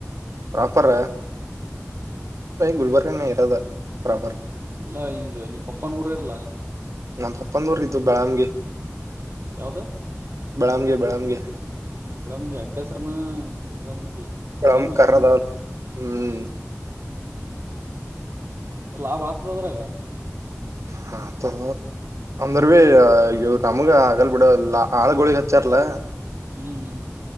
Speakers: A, on the right (about 70°); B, on the right (about 45°).
A: ಪ್ರಾಪರ್ ಗುಲ್ಬರ್ಗನ ಇರೋದ ಪ್ರಾಪರ್
B: ಅಲ್ಲಾ ಹಿಂಗ ನೀ ಪಪ್ಪನೂಊರೇ ಇರ್ಲಾ
A: ನಮ್ಮ ಪಪ್ಪಂದ ಉರೂ ಇದ್ದು ಬಳಾಮ್ಗೆ
B: ಯಾವ್ದ
A: ಬೆಳಮಗಿ ಬೆಳಮಗಿ
B: ಗಳಮ್ಗೆ ಅಡ್ಡ ಹೆಸರನ ಗಳಮಗೆ
A: ಬೆಳಮ್
B: ಯಳಮಗೆನು
A: ಕರ್ರದ ಹ್ಮ್
B: ಹಾ ಲಾಭ ಆತದ ಅದ್ರಾಗ
A: ಹಾ ತ ಅಂದರ್ ಭ ಇವ್ ನಮ್ಗ ಆಗಲ್ ಬಿಡ ಆಳ ಗೋಳಿಗ್ ಹಚ್ಚಾರಲ್ಲ
B: ಹ್ಮ್ ಹ್ಮ